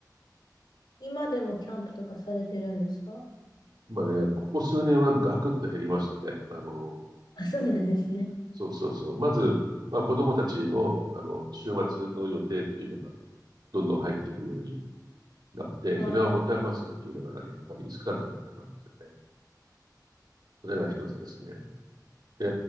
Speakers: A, on the left (about 80°); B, on the right (about 70°).
A: 今でもキャンプとかされてるんですか
B: まあね、ここ数年はガクッと減りましたね。あの、
A: あ、そうなんですね。
B: そうそうそう。まず、まあ子供たちの、あの、週末の予定っていうのがどんどん入ってくるようになって、
A: あー
B: 暇を持て余すっていうのがやっぱり少なくなってきたんですよね。それが一つですね。で、